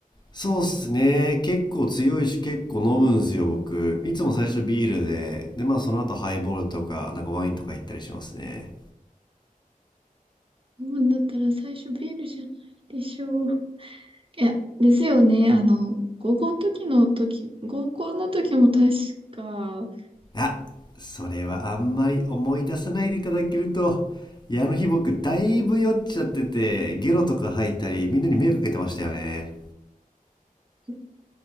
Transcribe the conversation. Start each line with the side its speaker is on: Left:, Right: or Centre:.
Left: そうっすね。結構強いし、結構飲むんすよ、僕。いつも最初ビールで、で、まあその後ハイボールとか、なんかワインとか行ったりしますね。
Right: 飲むんだったら最初ビールじゃないでしょう。いや、ですよね。あの、合コンの時の時、合コンの時も確か、
Left: あ、それはあんまり思い出さないでいただけると、いや、あの日僕、だいぶ酔っちゃってて、ゲロとか吐いたり、みんなに迷惑かけてましたよね。
Right: やっ